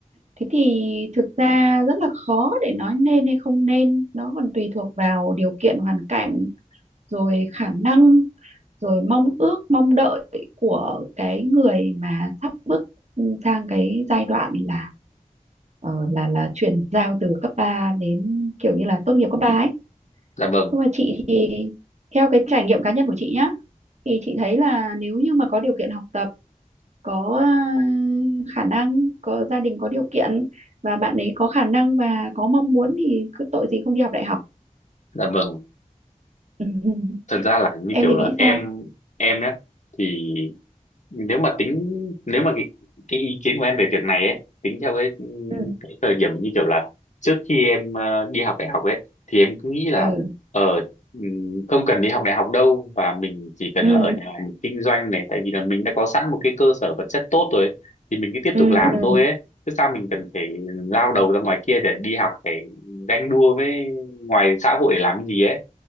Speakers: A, on the right; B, on the left.
A: Thế thì thực ra rất là khó để nói nên hay không nên nó còn tùy thuộc vào điều kiện hoàn cảnh rồi khả năng rồi mong ước mong đợi của cái người mà sắp bước sang cái giai đoạn là ờ, là là chuyển giao từ cấp 3 đến kiểu như là tốt nghiệp cấp 3 ấy
B: dạ vâng,
A: nhưng mà chị thì theo cái trải nghiệm cá nhân của chị nhá thì chị thấy là nếu như mà có điều kiện học tập có ờ, khả năng có gia đình có điều kiện và bạn ấy có khả năng và có mong muốn thì cứ tội gì không đi học đại học
B: dạ vâng.
A: Ừ, <laughs>
B: Thật
A: ừ.
B: ra là như
A: em
B: kiểu
A: thì nghĩ
B: là em
A: sao
B: em nhé thì nếu mà tính nếu mà cái, cái ý kiến của em về việc này ấy tính theo cái,
A: ừ
B: cái thời điểm như kiểu là trước khi em ờ, đi học đại học ấy thì em cứ nghĩ là
A: ừ
B: ở không cần đi học đại học đâu và mình chỉ cần
A: ừ
B: là ở nhà mình kinh doanh này tại vì là mình đã có sẵn một cái cơ sở vật chất tốt rồi ấy, thì mình cứ tiếp
A: ừ
B: tục làm
A: ừ
B: thôi ấy chứ sao mình cần phải lao đầu ra ngoài kia để đi học phải ganh đua với ngoài xã hội để làm cái gì ấy